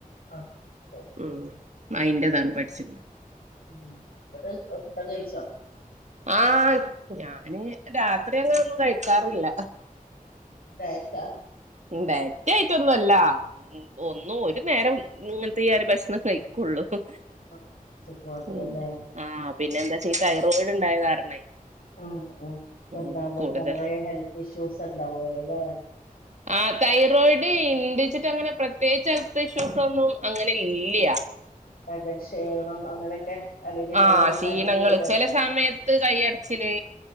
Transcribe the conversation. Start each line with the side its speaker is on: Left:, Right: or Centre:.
Left: ആഹ ശരി
Right: ഉം അയിന്റെ ഇതാണ് പഠിച്ച്ക്കണ്
Left: ഉ ഇന്നട്ട് അഅ് കഴിച്ചോ
Right: ആഹ് ഞാന് രാത്രി അങ്ങനെ ഒന്നും കഴിക്കാറില്ല
Left: ഡയറ്റാ
Right: ഡയറ്റായിട്ടൊന്നും അല്ല ഉ ഒന്നോ ഒരു നേരം ഇങ്ങനത്തെ ഈ അരി ഭക്ഷനൊക്കഴി ള്ളു ഹ്
Left: ആഹ് ഉച്ചക്ക് മാത്രല്ലേ
Right: പിന്നെ ആഹ് പിന്നെ എന്താ വച്ചാഈ തൈറോയിഡ് ഉണ്ടായത് കാരണേ
Left: ആ ആ
Right: ഉം
Left: ഉണ്ടാവോ
Right: കൂടുതൽ
Left: കൊറേ ഹെൽത്ത് ഇഷ്യൂസ് ഉണ്ടാവോലോ ല്ലേ
Right: ആ തൈറോയിഡ് ഇണ്ട്ച്ച്ട്ട് അങ്ങനെ പ്രത്യേക ഹെൽത്ത് ഇഷ്യൂസ് ഒന്നും അങ്ങനെ ഇല്ല്യാ
Left: പകൽ ക്ഷീണം അങ്ങനെയൊക്കെ അല്ലെങ്കിൽ
Right: ആഹ്
Left: ഭയങ്കര
Right: ക്ഷീണങ്ങള്
Left: തടി കൂടാ
Right: ചെല സമയത്ത് കയ്യടച്ചില്